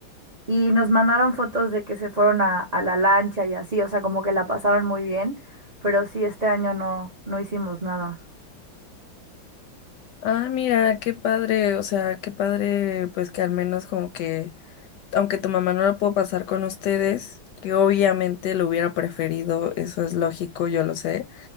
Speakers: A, on the right; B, on the left.
A: y nos mandaron fotos de que se fueron a, a la lancha y así, o sea, como que la pasaron muy bien, pero sí, este año no, no hicimos nada.
B: Ah, mira, qué padre, o sea, qué padre, pues que al menos como que, aunque tu mamá no lo pudo pasar con ustedes, que obviamente lo hubiera preferido, eso es lógico, yo lo sé,